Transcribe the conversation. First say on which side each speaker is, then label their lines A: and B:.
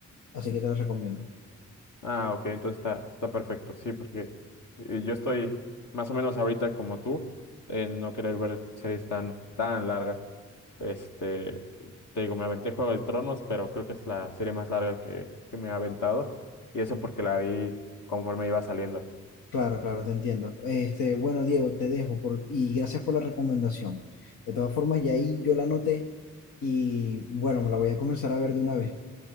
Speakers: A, on the left; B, on the left.
A: así que te la recomiendo.
B: Ah, ok, entonces está, está perfecto, sí, porque eh, yo estoy más o menos ahorita como tú, en no querer ver series tan, tan largas. Este, te digo, me aventé Juego de Tronos, pero creo que es la serie más larga que, que me ha aventado, y eso porque la vi conforme iba saliendo.
A: Claro, claro, te entiendo. Este, bueno, Diego, te dejo por, y gracias por la recomendación. De todas formas, ya ahí yo la anoté y bueno, me la voy a comenzar a ver de una vez.